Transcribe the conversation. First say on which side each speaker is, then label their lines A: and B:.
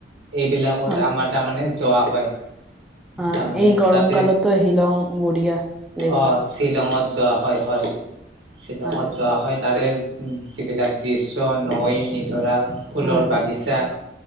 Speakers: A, on the right; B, in the centre.
A: এইবিলাকত
B: হয়
A: আমাৰ তাৰমানে যোৱা হয়।
B: অ
A: তাৰমানে
B: এই গৰম
A: তাতে
B: কালততো হিলং বঢ়িয়া। প্লেচ
A: অ'
B: হয়
A: শ্বিলঙত যোৱা হয় হয়, শ্বিলঙত
B: হয়
A: যোৱা হয়। তাৰে যিবিলাক দৃশ্য নৈ, নিজৰা ফুলৰ
B: হয়
A: বাগিচা।